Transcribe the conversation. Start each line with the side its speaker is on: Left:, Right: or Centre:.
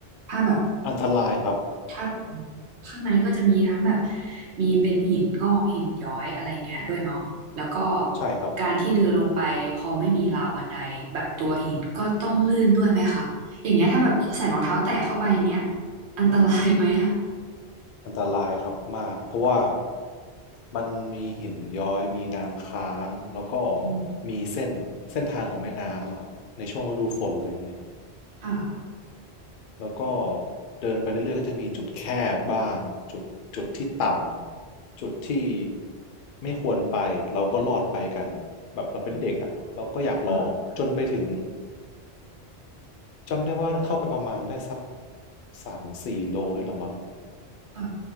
Right: ถ้าแบบ
Left: อันตรายครับ
Right: ถ้าข้างในก็จะมีทั้งแบบมีเป็นหินงอกหินย้อยอะไรเงี้ยด้วยเนาะแล้วก็
Left: ใช่ครับ
Right: การที่เดินลงไปพอไม่มีราวบันไดแบบตัวหินก็ต้องลื่นด้วยไหมคะอย่างเงี้ยถ้าแบบใส่รองเท้าแตะเข้าไปอย่างเงี้ยอันตรายไหมอ่ะ
Left: อันตรายครับมากเพราะว่ามันมีหินย้อยมีน้ำค้างแล้วก็
Right: อืม
Left: มีเส้นเส้นทางของแม่น้ำอะครับในช่วงฤดูฝนอะไรอย่างเงี้ย
Right: ค่ะ
Left: แล้วก็เดินไปเรื่อยๆก็จะมีจุดแคบบ้างจุดจุดที่ต่ำจุดที่ไม่ควรไปเราก็รอดไปกันแบบเราเป็นเด็กอ่ะเราก็อยากลองจนไปถึง
Right: อืมค่ะ
Left: จำได้ว่าเข้าไปประมาณได้สักสามถึงสี่โลนี่แหละมั้ง
Right: ค่ะ